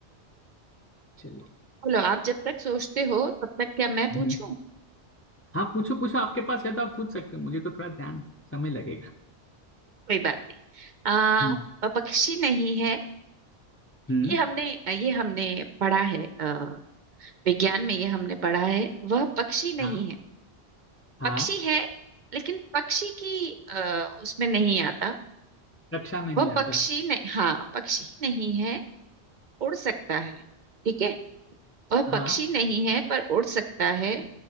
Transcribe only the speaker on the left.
चलिए
हम्म
हाँ पूछो पूछो आपके पास है तो आप पूछ सकते हो मुझे तो थोड़ा ध्यान समय लगेगा
हम्म
हम्म
हाँ
हाँ
कक्षा में नहीं
आता
हाँ